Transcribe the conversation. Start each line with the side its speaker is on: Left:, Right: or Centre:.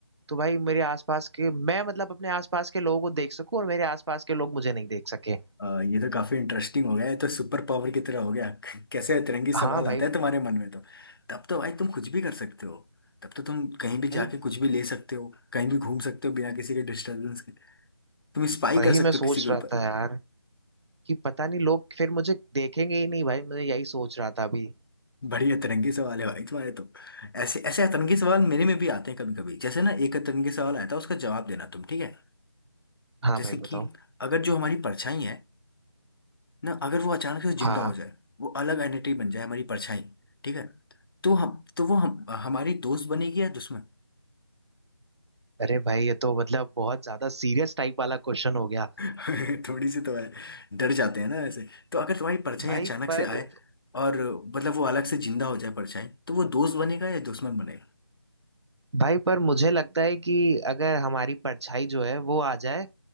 Right: तो भाई मेरे आसपास के मैं मतलब अपने आसपास के लोगों को देख सकूं और मेरे आसपास के लोग मुझे नहीं देख सके।
Left: अ, ये तो काफी इंटरेस्टिंग हो गया ये तो सुपर पावर की तरह हो गया <laughs> कैसे अतरंगी सवाल
Right: हाँ भाई
Left: आता है तुम्हारे मन में तो तब तो भाई तुम कुछ भी कर सकते हो तब तो तुम कहीं भी
Right: भाई
Left: जाके कुछ भी ले सकते हो कहीं भी घूम सकते हो बिना किसी के डिस्टरबेंस के तुम स्पाई
Right: वही
Left: कर सकते
Right: मैं सोच
Left: हो किसी के
Right: रहा
Left: ऊपर
Right: था यार कि पता नहीं लोग फिर मुझे देखेंगे ही नहीं भाई मैं यही सोच रहा था अभी।
Left: बड़ी अतरंगी सवाल है भाई तुम्हारे तो ऐसे ऐसे अतरंगी सवाल मेरे में भी आते हैं कभी कभी जैसे ना एक अतरंगी सवाल आया था उसका जवाब देना तुम ठीक है
Right: हाँ
Left: जैसे
Right: भाई बताओ
Left: कि अगर जो हमारी परछाई है ना अगर वो अचानक से जिंदा
Right: हाँ
Left: हो जाए वो अलग एंटिटी बन जाए हमारी परछाई ठीक है तो हम तो वो हम हमारी दोस्त बनेगी या दुश्मन
Right: अरे भाई ये तो मतलब बहुत ज्यादा सीरियस टाइप वाला क्वेश्चन हो गया
Left: <laughs> थोड़ी सी तो है डर जाते हैं ना ऐसे तो अगर तुम्हारी परछाई
Right: भाई
Left: अचानक
Right: पर
Left: से आए और मतलब वो अलग से जिंदा हो जाए परछाई तो वो दोस्त बनेगा या दुश्मन बनेगा
Right: भाई पर मुझे लगता है कि अगर हमारी परछाई जो है वो आ जाए